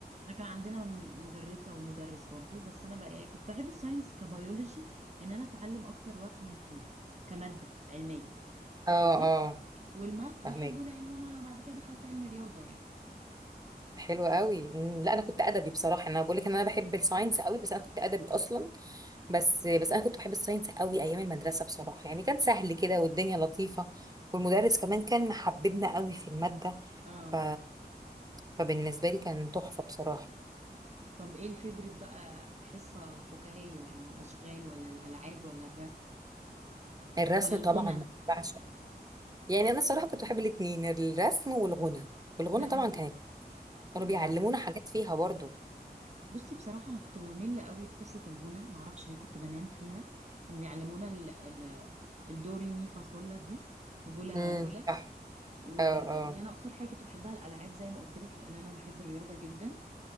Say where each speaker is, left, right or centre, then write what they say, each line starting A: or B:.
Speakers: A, on the right (about 40°); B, on the right (about 20°).
A: انا كان عندنا م- مدرسة ومدرس برضو بس انا بقى كنت بحب الساينس كبيولوجي ان انا اتعلم اكتر وافهم فيه كمادة علمية
B: اه
A: فاهمة
B: اه
A: والماث
B: فهمك
A: بحبه لان انا بعد كده دخلت علم رياضه يعني
B: حلو قوي مم. لا أنا كنت أدبي بصراحة أنا بقول لك إن أنا بحب الساينس قوي بس أنا كنت أدبي أصلا بس بس أنا كنت بحب الساينس قوي أيام المدرسة بصراحة يعني كان سهل كده والدنيا لطيفة والمدرس كمان كان محببنا قوي في المادة
A: اه
B: ف... فبالنسبة لي كان تحفة بصراحة
A: طب ايه الفيفوريت بقى حصه فكاهيه يعني الاشغال ولا الالعاب ولا الرسم
B: الرسم
A: ولا الغنى
B: طبعا بعشق يعني أنا الصراحة كنت بحب الاتنين الرسم والغنى والغنى
A: لا
B: طبعا
A: انا
B: كانت كانوا
A: مم.
B: بيعلمونا حاجات فيها برضو
A: بصي بصراحه انا كنت بمل قوي في حصه الغنى معرفش ليه كنت بنام فيها كانوا بيعلمونا ال... ال... الدوري مي فاصولا دي وبولا
B: امم
A: بولا
B: صح
A: ويعني
B: اه اه
A: انا اكتر حاجه كنت بحبها الالعاب زي ما قلت لك لان انا بحب الرياضه جدا